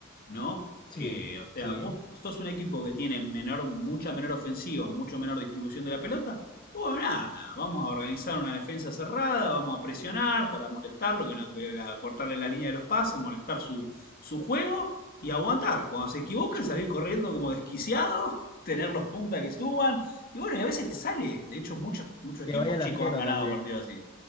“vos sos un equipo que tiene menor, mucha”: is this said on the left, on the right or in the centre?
Left